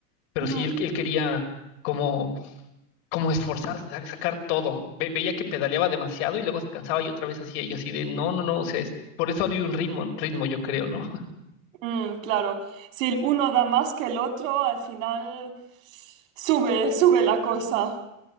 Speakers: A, on the left (about 55°); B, on the right (about 85°).
A: Pero
B: ujú.
A: sí, él, él quería como como esforzarse, sa- sacar todo. Ve- veía que pedaleaba demasiado y luego se cansaba y otra vez hacía yo así de, no, no, no, o sea, es- por eso había un ritmo, ritmo, yo creo, ¿no?
B: Mm, claro, si el uno da más que el otro, al final sube, sube la cosa.